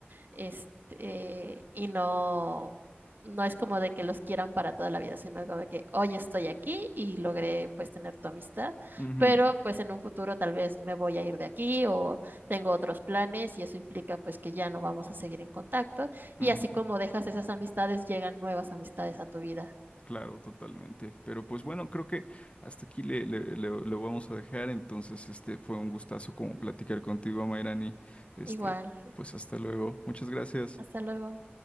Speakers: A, on the right; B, on the left.
A: este, y no, no es como de que los quieran para toda la vida, sino como de que hoy estoy aquí y logré pues tener tu amistad,
B: Ujú,
A: pero pues en un futuro tal vez me voy a ir de aquí o tengo otros planes y eso implica pues que ya no vamos a seguir en contacto y
B: ujú,
A: así como dejas esas amistades, llegan nuevas amistades a tu vida.
B: Claro, totalmente. Pero pues bueno, creo que hasta aquí le, le- le- lo vamos a dejar. Entonces, este fue un gustazo como platicar contigo, Mayrani. Este,
A: Igual,
B: pues hasta luego. Muchas gracias.
A: hasta luego.